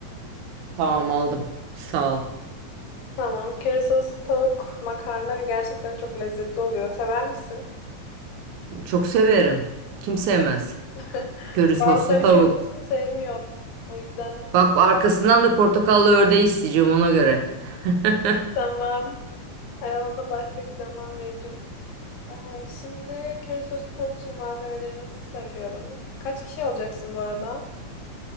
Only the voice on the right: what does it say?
Tamam aldım. Sağ ol.
Çok severim. Kim sevmez.
Köri soslu
tavuk.
Bak arkasından da portakallı ördeği isteyeceğim ona göre. <laughs>